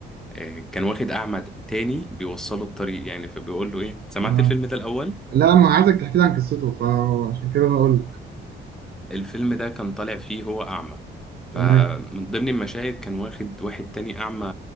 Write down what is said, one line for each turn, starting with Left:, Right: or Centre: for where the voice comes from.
Centre: آه، كان واخد أعمى تاني بيوصله الطريق يعني فبيقول له إيه سمعت
Right: آه.
Centre: الفيلم ده الأول؟
Right: لا ما عايزك تحكي لي عن قصته فعشان كده بقول لك
Centre: الفيلم ده كان طالع فيه هو أعمى فمن
Right: تمام
Centre: ضمن المشاهد كان واخد واحد تاني أعمى